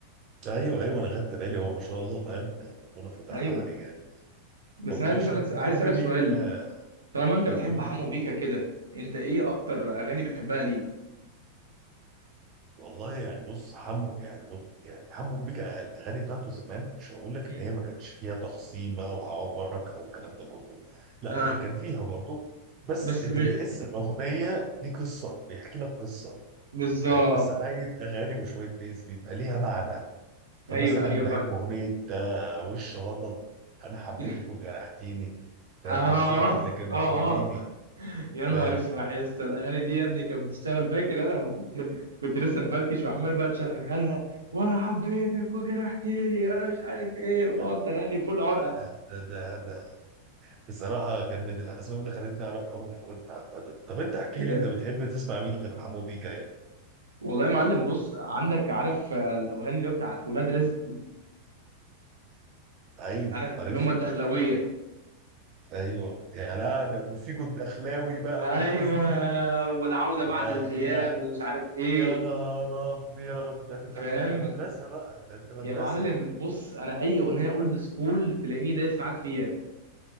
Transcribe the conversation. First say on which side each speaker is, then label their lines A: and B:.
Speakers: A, on the right (about 35°); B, on the right (about 75°).
A: ايوه ايوه انا خدت بالي هو ما شاء الله فاهم ربنا فتحها
B: ايوه
A: عليه جامد
B: بس
A: طب
B: انا عايز
A: ماشي
B: اسالك
A: طب انت بتحب
B: عايز اسالك
A: مين
B: سؤال
A: آه،
B: طالما انت
A: طب
B: بتحب
A: هو-
B: حمو بيكا كده انت ايه اكتر اغاني بتحبها ليه
A: والله يعني بص حمو يعني بص يعني حمو بيكا الاغاني بتاعته زمان مش هقول لك
B: امم
A: ان هي ما كانش فيها تخصيم بقى وعورك او الكلام ده كله لا
B: اه
A: هي كان فيها برضه بس
B: بس
A: انت
B: مش
A: بتحس ان الاغنيه دي قصه بيحكي لك قصه
B: بالظبط
A: فاهم بس على اغاني وشويه بيز بيبقى ليها معنى فمثلا
B: ايوه ايوه
A: بحب
B: فعلا
A: اغنيه آه، وش غضب انا حبيتك
B: <laughs>
A: وجرحتيني فاهم
B: اه
A: انا صمتك
B: اه
A: لكن ما
B: اه
A: خنتيني
B: يا
A: فاهم
B: نهار اسمع يا اسطى الاغاني دي يا ابني كانت بتشتغل فاكر انا لما كنت كنت لسه مفركش وعمال بقى تشغلها لنا وانا حبيتك وجرحتني وانا مش عارف ايه وتقعد
A: آه،
B: تغني بكل عرقه
A: آه، ده ده ده بصراحه كان من الاسباب اللي خلتني اعرف حمو بيكا طب انت احكي
B: يا-
A: لي انت بتحب تسمع مين غير حمو بيكا يعني
B: والله يا معلم بص عندك عارف آه، الاغاني اللي هو بتاعت ولاد رزق
A: ايوه
B: عارف اللي
A: عارفها
B: هم الدخلاويه
A: ايوه يا لا ده وفي جد اخلاوي بقى
B: ايوه
A: والناس دي
B: والعوده بعد
A: يا
B: الغياب
A: يا
B: ومش عارف ايه
A: يا نهار ابيض ده انت
B: فاهم
A: ده انت مدرسه بقى ده انت مدرسه
B: يا معلم بص انا اي اغنيه اولد سكول تلاقيني دايس معاك فيها